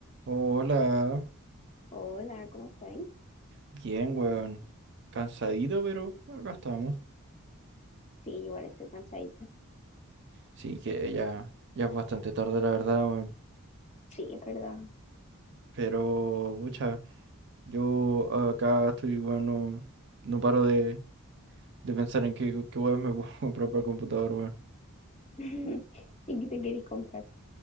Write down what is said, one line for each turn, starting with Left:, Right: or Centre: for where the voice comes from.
Right: Hola,
Left: Hola, ¿cómo estáis?
Right: bien, weón. Cansadito, pero acá estamos.
Left: Sí, igual estoy cansadita.
Right: Sí, que ya, ya es bastante tarde, la verdad, weón.
Left: Sí, es verdad.
Right: Pero, pucha, yo acá estoy, weón, no, no paro de, de pensar en qué, qué weón me puedo <laughs> comprar para el computador, weón.
Left: <laughs> ¿Y qué te queréis comprar?